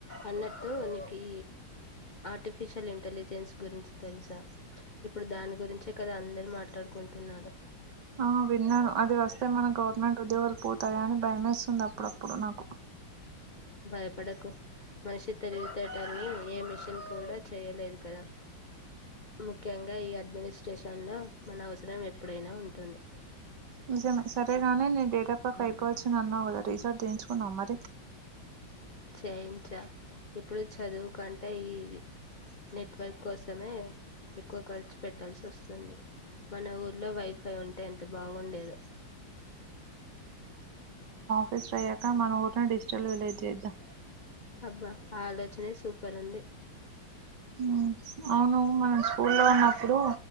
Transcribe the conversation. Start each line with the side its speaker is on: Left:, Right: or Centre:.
Left: అన్నట్టు నీక్ కీ ఆర్టిఫిషియల్ ఇంటెలిజెన్స్ గురించి తెలుసా ఇప్పుడు దాని గురించే కదా అందరు మాట్లాడుకుంటున్నారు
Right: ఆ విన్నాను అది వస్తే మన గవర్నమెంట్ ఉద్యోగాలు పోతాయా అని భయమేస్తుంది అప్పుడప్పుడు నాకు
Left: భయపడకు మనిషి తెలివితేటల్ని ఏ మిషన్ కూడా చేయలేదు కదా ముఖ్యంగా ఈ అడ్మినిస్ట్రేషన్ లో మన అవసరం ఎప్పుడైనా ఉంటుంది
Right: నిజమే సరేగాని నీ డేటా ప్యాక్ అయిపోవచ్చింది అన్నావ్ గ దరీస్టార్ట్ జేయించుకున్నావ మరి
Left: చేయించా ఇప్పుడు చదువు కంటే ఈ నెట్వర్క్ కోసమే ఎక్కువ ఖర్చు పెట్టాల్సి వస్తుంది మన ఊర్లో వైఫై ఉంటే ఎంత బాగుండేది
Right: రిజిస్టర్ అయ్యాక మన ఊరినే డిజిటల్ విలేజ్ జేద్దాం
Left: అబ్బా ఆలోచనే సూపరుంది
Right: ఉమ్, అవును మనం స్కూల్లో ఉన్నప్పుడు